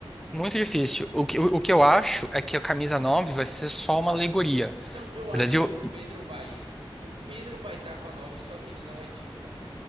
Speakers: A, in the centre; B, on the right.
A: Muito difícil. O que, o, o que eu acho é que a camisa 9 vai ser só uma alegoria.
B: Não, eu acho
A: Brasil,
B: que o Pedro vai ir. O Pedro vai estar com a 9, só que ele não é titular.